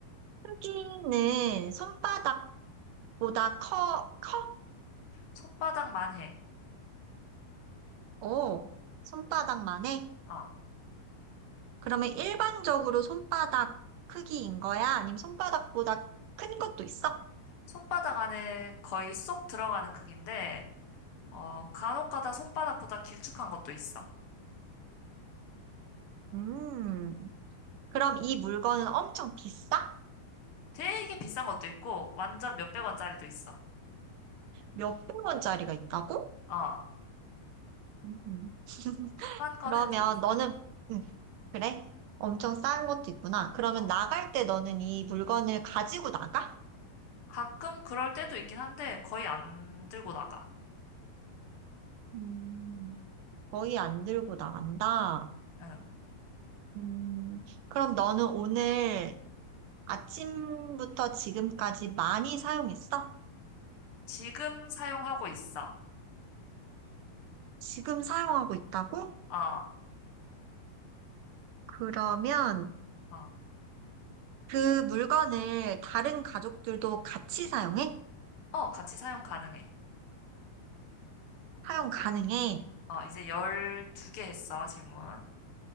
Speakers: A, on the right; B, on the left.
A: 크기는 손바닥보다 커, 커?
B: 손바닥만 해.
A: 오, 손바닥만 해?
B: 어.
A: 그러면 일반적으로 손바닥 크기인 거야? 아니면 손바닥보다 큰 것도 있어?
B: 손바닥 안에 거의 쏙 들어가는 크기인데, 어, 간혹가다 손바닥보다 길쭉한 것도 있어.
A: 음, 그럼 이 물건은 엄청 비싸?
B: 되게 비싼 것도 있고, 완전 몇백 원짜리도 있어.
A: 몇백 원짜리가 있다고?
B: 어.
A: 음.
B: 싼 거는
A: 그러면
B: 되게 싸.
A: 너는, 음, 그래? 엄청 싼 것도 있구나. 그러면
B: 어.
A: 나갈 때 너는 이 물건을 가지고 나가?
B: 가끔 그럴 때도 있긴 한데, 거의 안 들고 나가.
A: 음. 거의 안 들고 나간다.
B: 응.
A: 음, 그럼 너는 오늘 아침부터 지금까지 많이 사용했어?
B: 지금 사용하고 있어.
A: 지금 사용하고 있다고?
B: 어,
A: 그러면
B: 어,
A: 그 물건을 다른 가족들도 같이 사용해?
B: 어, 같이 사용 가능해.
A: 사용
B: 이제,
A: 가능해?
B: 어, 이제 12개 했어, 질문.